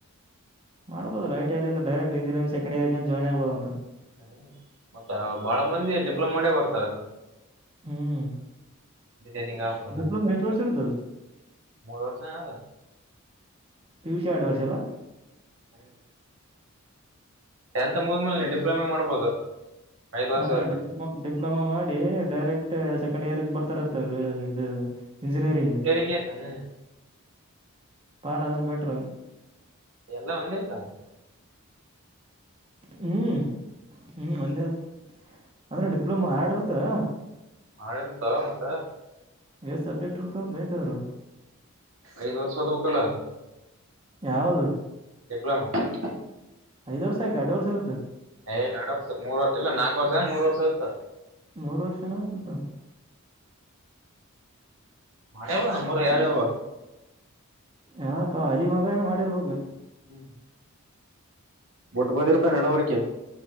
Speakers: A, on the right (about 25°); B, on the right (about 65°).
A: ಮಾಡ್ಬಹದು ಐಟಐಲ್ಲಿಂದ ಡೈಕ್ಟ್ ಇಂಜಿನಿಯರಿಂಗ ಸೆಂಕೆಂಡ ಇಯರ ಇಂದ ಜಾಯ್ನ್ ಆಗ್ಬುದು ಅಂತ
B: ಹ್ಮ ಮತ್ತ ಬಾಳ ಮಂದಿ ಡಿಪ್ಲೊಮಾ ಮಾಡೇ ಬರ್ತಾರ
A: ಹ್ಮ್,
B: ಅಟಂಗಪ್ಪಂಗ
A: ಡಿಪ್ಲೊಮಾ ಎಷ್ಟು ವರ್ಷ ಇರ್ತದೆ
B: ಮೂರು ವರ್ಷ ಯಾವದ <unintelligible>
A: ಪಿ, ಯು, ಸಿ ಎರಡು ವರ್ಷ ಅಲ್ಲ
B: ಹ್ಮ್ <inaudible> ಟೆಂತ್ ಮುಗದ್ಮೇಲೆ ಡಿಪ್ಲೊಮೆ ಮಾಡ್ಬೋದು. ಐದ್ ವರ್ಷ
A: ಅದೇ
B: ಆಯ್ತು
A: ಡಿಪ್ಲೊಮ, ಡಿಪ್ಲೊಮಾ ಮಾಡಿ ಡೈರೆಕ್ಟ್- ಕಂಡ ಯಾರ <unintelligible> ಕ್ ಬರ್ತಾರಂತ ಅವ್ರು ಇದು ಇಂಜಿನಿಯರಿಂಗ್
B: ಸರಿ ಹ್ಮ <unintelligible>
A: ಪಾಡ ಅದುನ ಬೆಟ್ರ
B: ಎಲ್ಲ ಒಂದೇ ಆಯ್ತಲ್ಲ.
A: ಹ್ಮ್, ಹ್ಮ್ ಒಂದೇ ಅಂದ್ರೆ ಡಿಪ್ಲೊಮಾ ಆಡಿರತ್ತಾ.
B: ಹಾ, ಆಡಿರೋತ್ತ ಮತ್ತ,
A: ಎಷ್ಟ ಸಬ್ಜೆಕ್ಟ್ ಇರ್ತ ನೋಯತಿದರಗ.
B: ಐದ್ ವರ್ಷ ಓದ ಬೆಕ್ಕಲ್ಲ.
A: ಯಾವುದು.
B: ಎಲಾಮ <unintelligible>
A: ಐದ ವರ್ಷ ಯಾಕ ಎರಡ್ ವರ್ಷ ಇರ್ತದ್ದ.
B: ಎರಡ್ ವರ್ಷದ ಮೂರ್ ವರ್ಷ ಇಲ್ಲಾ ನಾಕ್ ವರ್ಷ ಎನ್ಮೂರ್ ವರ್ಷ ಇರತ್ತ.
A: ನೋರರ್ಷನ ಸ್ದ <unintelligible>
B: ಮೆಾಡರಲ್ಲ ನಮ್ಮೂರಗ ಯಾವ-ಯಾವ.
A: ಯಾರಕ್ಕ ಅಲಿಬಾಬಏನ ಮಾಡಿರ್ಬೇಕು.
B: ಹ್ಮ್ <inaudible> ಬುಟ್ಟ್ ಬಂದ ಇರ್ತಾನ ನಡಬರಕೆ.